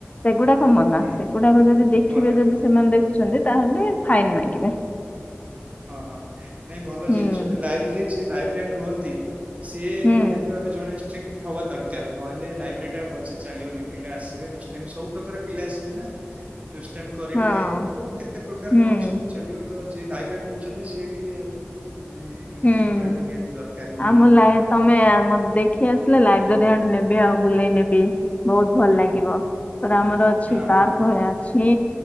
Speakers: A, on the left; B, on the right.
A: ସେଗୁଡାକ ମନା
B: ହୁଁ
A: ସେଗୁଡାକ ଯଦି ଦେଖିବେ
B: ମନା
A: ଯଦି
B: ହଁ
A: ସେମାନେ
B: ହଁ।
A: ଦେଖୁଛନ୍ତି ତାହେଲେ ଫାଇନ୍ ମାଗିବେ।
B: ହଁ ହଁ ନାଇଁ ଭଲ
A: ହୁଁ
B: ଜିନିଷଟେ ଲାଇବ୍ରେରୀ ଲାଇବ୍ରେରନ ରୁହନ୍ତି। ସିଏ
A: ହୁଁ
B: ନିହାତି ଭାବେ ଜଣେ ଷ୍ଟ୍ରିଟ ହବା ଦରକାର ନହେଲେ ଲାଇବ୍ରେରୀ ଟା ଭଲସେ ଚାଲିବନି। ପିଲା ଆସିବେ ଦୁଷ୍ଟାଇମ ସବୁ ପ୍ରକାର ପିଲା ଆସିବେ ନା। ଦୁଷ୍ଟାମି କରିବେ
A: ହଁ
B: କେତେ ପ୍ରକାର
A: ହୁଁ
B: କଣ ସବୁ ଚାଲିବ ତ ଯିଏ ଲାଇବ୍ରେରୀ ନେଉଛନ୍ତି ସିଏ ଟିକେ ମାନେ
A: ହୁଁ
B: ଷ୍ଟ୍ରିକ୍ଟ ରହିବା ନିହାତି ଦରକାର ହିଁ
A: ଆମ
B: ହଁ
A: ଲାଇ ତମେ ମତେ ଦେଖି ଆସିଲେ ଲାଇବ୍ରେରୀ ଆଡେ ନେବି ଆଉ। ବୁଲେଇ ନେବି ବହୁତ ଭଲ ଲାଗିବ ପା ଆମର ଅଛି
B: ହଁ ହଁ
A: ପାର୍କ
B: ହଁ
A: ଭଳିଆ ଅଛି।